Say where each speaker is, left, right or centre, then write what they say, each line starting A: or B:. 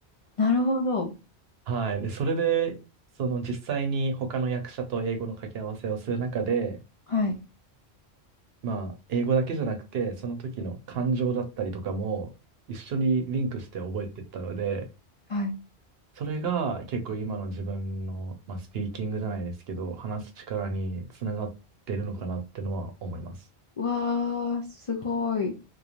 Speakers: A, on the left (about 60°); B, on the right (about 70°).
A: なるほど。
B: はい。で、それで、その実際に他の役者と英語の掛け合わせをする中で、
A: はい。
B: まあ、英語だけじゃなくて、その時の感情だったりとかも一緒にリンクして覚えていったので、
A: はい。
B: それが結構今の自分の、まあ、スピーキングじゃないですけど、話す力につながってるのかなってのは思います。
A: わー、すごい。